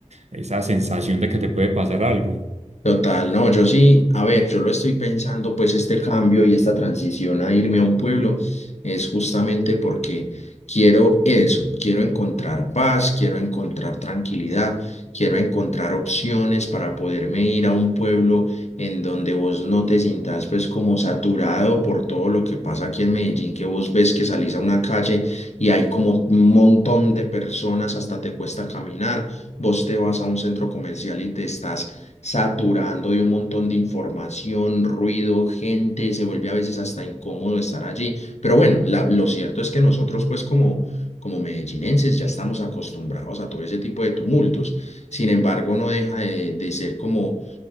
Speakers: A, on the right; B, on the left.
A: esa sensación de que te puede pasar algo.
B: Total, no, yo sí, a ver, yo lo estoy pensando, pues este cambio y esta transición a irme a un pueblo es justamente porque quiero eso, quiero encontrar paz, quiero encontrar tranquilidad, quiero encontrar opciones para poderme ir a un pueblo en donde vos no te sientas pues como saturado por todo lo que pasa aquí en Medellín, que vos ves que salís a una calle y hay como un montón de personas, hasta te cuesta caminar, vos te vas a un centro comercial y te estás saturando de un montón de información, ruido, gente, se vuelve a veces hasta incómodo estar allí. Pero bueno, la- lo cierto es que nosotros pues como, como medellinenses ya estamos acostumbrados a todo ese tipo de tumultos. Sin embargo, no deja de, de ser como